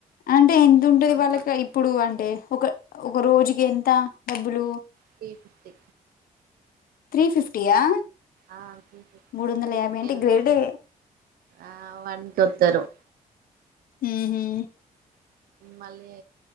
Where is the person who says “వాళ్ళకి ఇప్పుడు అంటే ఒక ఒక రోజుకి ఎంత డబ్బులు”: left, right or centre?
Left